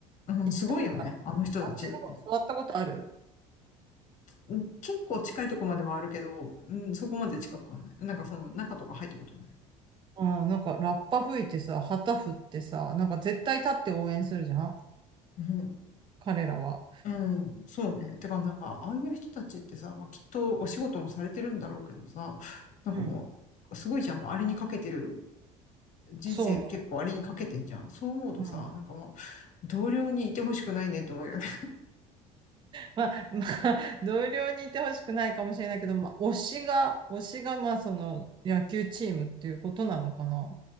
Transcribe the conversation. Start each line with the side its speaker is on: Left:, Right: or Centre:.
Left: うん、
Right: 行ったことある。
Left: すごいよね、あの人たち。
Right: あっちの方、座ったことある
Left: うん結構近いとこまではあるけど、うん、そこまで近くはない。なんかその中とか入ったことない。
Right: うん、なんかラッパ吹いてさ、旗振ってさ、なんか絶対立って応援するじゃん
Left: うん
Right: 彼らは。
Left: うん、そうね。てか、なんか、ああいう人たちってさ、まあ、きっとお仕事もされてるんだろうけどさ、なんかもう、
Right: うん。
Left: すごいじゃん。もうあれにかけてる。人生結構あれにかけてんじゃん。
Right: そうね。
Left: そう思うとさ、
Right: うん。
Left: なんかもう、同僚にいてほしくないねと思うよね。
Right: まあ、<laughs> まあ、同僚にいてほしくないかもしれないけど、まあ、推しが、推しが、まあ、その、野球チームっていうことなのかな。